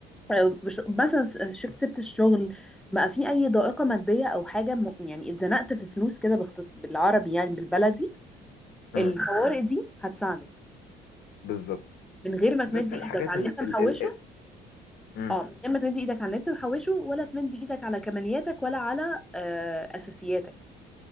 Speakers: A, in the centre; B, on the left.
A: أو بش- مثلا س- شب سبت الشغل بقى في اي ضائقه ماديه او حاجه م- يعني اتزنقت في فلوس كده باختص بالعربي يعني بالبلدي
B: امم
A: الطوارئ دي هتساعدك
B: بالظبط
A: من غير ما
B: بالذات
A: تمد
B: في
A: ايدك
B: الحاجات
A: على
B: ال...
A: اللي انت محوشه
B: ال... ال... امم
A: اه من غير ما تمدي ايدك على اللي انت محوشه ولا تمدي ايدك على كمالياتك ولا على آه، اساسياتك